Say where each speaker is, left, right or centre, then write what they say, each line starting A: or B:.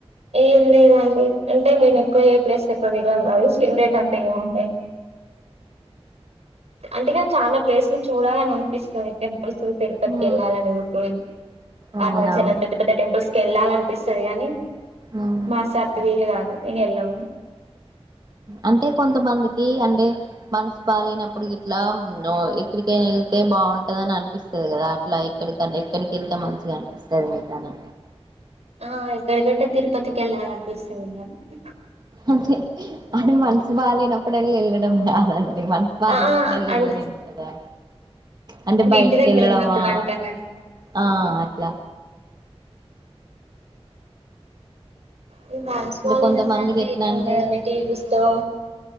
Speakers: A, on the right; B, on the right.
A: ఏం లేదండి అంటే మేము ఎక్కువ ఏ ప్లేస్ కువ విలం కావ్ ఫేవరెట్ అంటే ఏముంటాయి అంటే ఇగ చాలా ప్లేసులు చూడాలని అనిపిస్తది టెంపుల్స్ తీరుపతికి
B: ఉమ్
A: వెళ్ళాలని ఊకే
B: అవునా
A: అరుణచలం పెద్ద పెద్ద టెంపుల్స్ కి వెళ్ళాలనిపిస్తది గానీ
B: ఉమ్
A: మాసార్ కు వీలు కాదు ఇగ వెళ్ళాం
B: అంటే కొంతమందికి అంటే మనసు బలేనప్ నప్పుడు గిట్లా న్ ఎక్కడికైనా వెళ్తే బాగుంటంద అని అనిపిస్తది కదా అట్లా ఎక్కడికన్నా ఎక్కడికి కేళ్తే మంచిగా అనిపిస్తది మీకని
A: ఆ ఎక్కడికంటే తిరుపతికిళ్ళాలనిపిస్తది నాకు
B: అదే అది మనసు బాలేనప్పుడల్ళ వెళ్ళడం కాదండి మనసు బాలేనప్పుడళ్ళ
A: ఆ అన్
B: వెళ్ళలే కదా అంటే బయటికేళ్ళడమా
A: ఇంటి దగ్గర ఉన్నప్పుడు అంటారా
B: ఆ అట్లా
A: ఇగ మనసు
B: అంటే
A: బాలేనప్పుడు
B: కొంతమందికి
A: అంటే
B: ఎట్లా
A: ఎం
B: అంటే
A: ఉన్నదండి టీవీచుస్తం